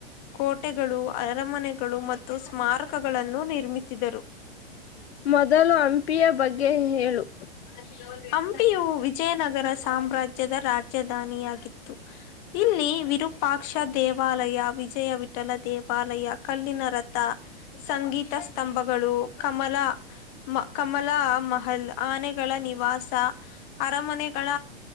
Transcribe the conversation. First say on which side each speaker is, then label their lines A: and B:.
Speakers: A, on the left; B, on the left.
A: ಕೋಟೆಗಳು ಅರಮನೆಗಳು ಮತ್ತು ಸ್ಮಾರಕಗಳನ್ನು ನಿರ್ಮಿಸಿದರು
B: ಮೊದಲು ಹಂಪಿಯ ಬಗ್ಗೆ ಹೇಳು
A: ಅ <inaudible> ಹಂಪಿಯು ವಿಜಯನಗರ ಸಾಮ್ರಾಜ್ಯದ ರಾಜಧಾನಿಯಾಗಿತ್ತು ಇಲ್ಲಿ ವಿರು ರುಪಾಕ್ಷ ದೇವಾಲಯ ವಿಜಯ ವಿಠಲ ದೇವಾಲಯ ಕಲ್ಲಿನ ರಥ ಸಂಗೀತ ಸ್ತಂಭಗಳು ಕಮಲ ಕಮಲ ಮಹಲ್ ಆನೆ ನಿವಾಸ ಅರಮನೆಗಳ